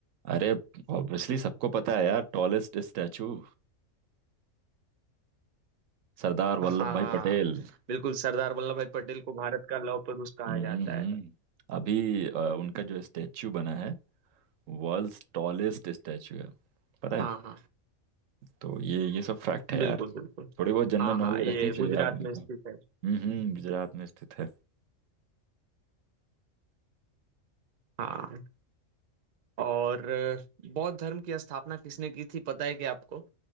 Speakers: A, on the right (about 80°); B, on the right (about 50°).
A: अरे ऑब्वियसली सबको पता है यार टॉलेस्ट स्टैचू सरदार वल्लभ
B: हाँ
A: भाई पटेल
B: बिल्कुल सरदार वल्लभ भाई पटेल को भारत का लौह पुरुष कहा
A: हम्म
B: जाता
A: हम्म।
B: है
A: अभी अ, उनका जो स्टैचू बना है वर्ल्ड्स टॉलेस्ट स्टैचू है पता
B: हाँ
A: है
B: हाँ
A: तो ये ये सब फैक्ट है
B: बिल्कुल
A: यार
B: बिल्कुल
A: थोड़ी बहुत जनरल
B: हाँ
A: नॉलेज
B: हाँ ये
A: रखनी चाहिए
B: गुजरात
A: आदमी
B: में
A: को
B: स्थित है
A: हम्म हम्म गुजरात में स्थित है
B: हाँ और अ, बौद्ध धर्म की स्थापना किसने की थी पता है क्या आपको